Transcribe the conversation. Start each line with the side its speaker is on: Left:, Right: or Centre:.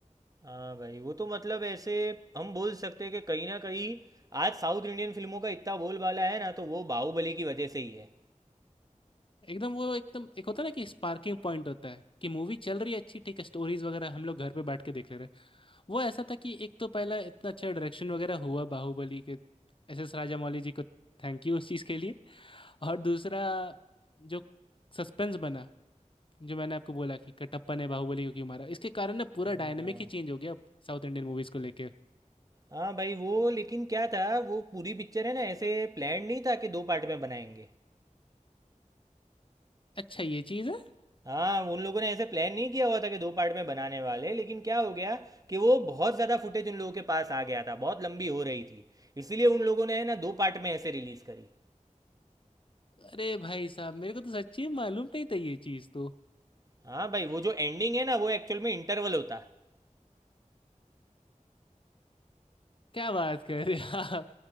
Right: हाँ भाई वो तो मतलब ऐसे हम बोल सकते हैं कि कहीं ना कहीं आज साउथ इंडियन फिल्मों का इतना बोलबाला है ना तो वो बाहुबली की वजह से ही है
Left: एकदम वो एकदम एक होता है ना कि स्पार्किंग पॉइंट होता है कि मूवी चल रही है अच्छी ठीक है स्टोरीज वगैरह हम लोग घर पे बैठ के देख ले रहे हैं वो ऐसा था कि एक तो पहला इतना अच्छा डायरेक्शन वगैरह हुआ बाहुबली के एस एस राजामौली जी को थैंक यू उस चीज़ के लिए और दूसरा जो सस्पेंस बना जो मैंने आपको बोला कि कटप्पा ने बाहुबली को क्यों मारा इसके कारण ना पूरा
Right: हाँ
Left: डायनेमिक ही चेंज हो गया साउथ इंडियन मूवीज को लेके
Right: हाँ भाई वो लेकिन क्या था वो पूरी पिक्चर है ना ऐसे प्लान नहीं था कि दो पार्ट में बनाएंगे
Left: अच्छा ये चीज़ है
Right: हाँ उन लोगों ने ऐसे प्लान नहीं किया हुआ था कि दो पार्ट में बनाने वाले लेकिन क्या हो गया कि वो बहुत ज़्यादा फुटेज उन लोगों के पास आ गया था बहुत लंबी हो रही थी इसीलिए उन लोगों ने है ना दो पार्ट में ऐसे रिलीज़ करी
Left: अरे भाई साहब मेरे को तो सच्ची में मालूम नहीं था ये चीज़ तो
Right: हाँ भाई वो जो एंडिंग है ना वो एक्चुअल में इंटरवल होता है।
Left: क्या बात कर रहे हैं आप